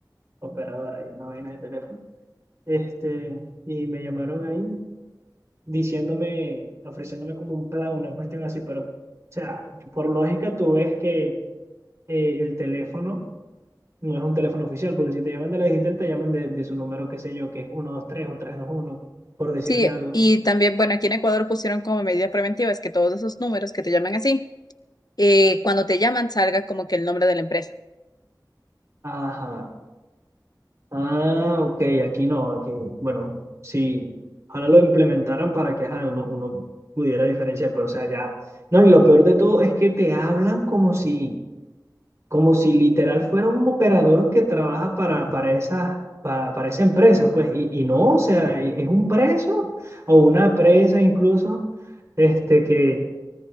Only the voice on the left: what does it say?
Sí,
y también, bueno, aquí en Ecuador pusieron como medida preventiva, es que todos esos números que te llaman así eh, cuando te llaman salga como que el nombre de la empresa.